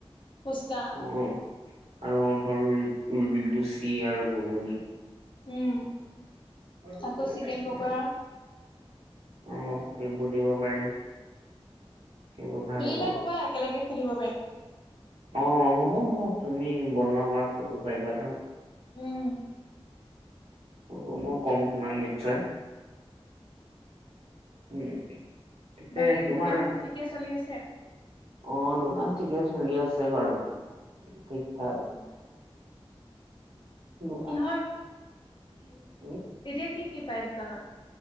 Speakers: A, on the left; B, on the right.
A: ফুচকা
B: অ', আৰু ধৰ লুচি আৰু ঘূগোনি
A: উম।
B: <inaudible>
A: আকৌ চিকেন পকৰা
B: অ', সেইবোৰ দিব পাৰি। সেইবোৰ ভাল
A: খুলিলে
B: হ'ব
A: ক'বা একেলগে খুলিব পাৰিম।
B: অ', হ'ব হ'ব তুমি বনোৱা কৰাত কৰিব পাৰিবা ধৰা।
A: উম।
B: হ'ব মই ক'ম তোমাক নিশ্চয়। উম। পিছে
A: বাকী
B: তোমাৰ
A: দোকান ঠিকে চলি আছে।
B: অ', দোকান ঠিকে চলি আছে বাৰু ঠিক থাক।
A: <inaudible>
B: দোকান।
A: কিহৰ
B: <unintelligible>
A: এতিয়া কি, কি পায় দোকানত?